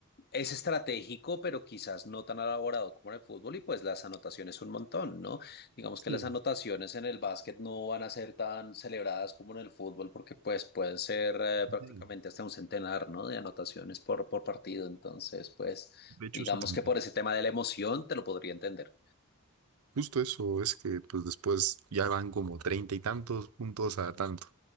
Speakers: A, on the left; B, on the right.
A: es estratégico, pero quizás no tan elaborado como en el fútbol y pues las anotaciones un montón, ¿no? Digamos
B: Sí,
A: que las anotaciones en el básquet no van a ser tan celebradas como en el fútbol porque pues pueden ser eh, prácticamente
B: de
A: hasta un centenar, ¿no? De anotaciones por, por partido. Entonces, pues
B: de hecho
A: digamos
B: eso también.
A: que por ese tema de la emoción te lo podría entender.
B: Justo eso, es que pues después ya van como treinta y tantos puntos a tanto.